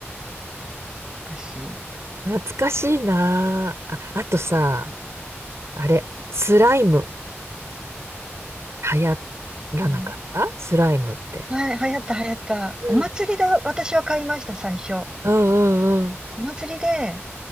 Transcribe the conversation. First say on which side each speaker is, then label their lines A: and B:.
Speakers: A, on the right; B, on the right.
A: 昔。
B: 懐かしいなあ。あ、あとさ、あれ、スライム流行らなかったスライムって。
A: うんはい、流行った流行った。
B: うん
A: お祭りで私は買いました、最初。
B: うんうんうん。
A: お祭りで、